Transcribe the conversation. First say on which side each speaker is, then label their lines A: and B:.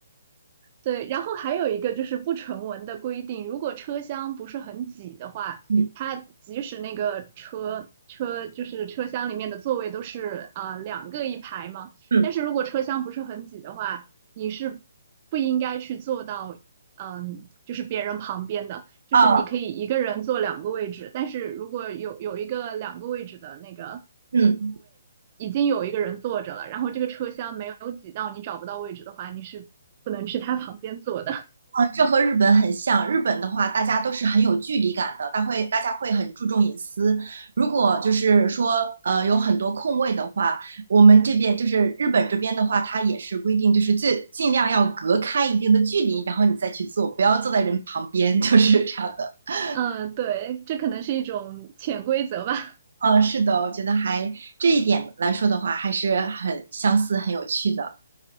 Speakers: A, on the right; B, on the right.
A: 对，然后还有一个就是不成文的规定，如果车厢不是很挤的话，
B: 嗯
A: 它即使那个车车就是车厢里面的座位都是呃两个一排嘛，
B: 嗯，
A: 但是如果车厢不是很挤的话，你是不应该去坐到嗯就是别人旁边的，就是你可以一个人坐两个位置，
B: 哦，
A: 但是如果有有一个两个位置的那个
B: 嗯。
A: 已经有一个人坐着了，然后这个车厢没有挤到你找不到位置的话，你是不能去他旁边坐的。
B: 啊，这和日本很像。日本的话，大家都是很有距离感的，大会大家会很注重隐私。如果就是说，呃，有很多空位的话，我们这边就是日本这边的话，它也是规定，就是最尽量要隔开一定的距离，然后你再去做，不要坐在人旁边，<laughs> 就是这样的。
A: 嗯，对，这可能是一种潜规则吧。<laughs>
B: 嗯，是的，我觉得还这一点来说的话，还是很相似、很有趣的。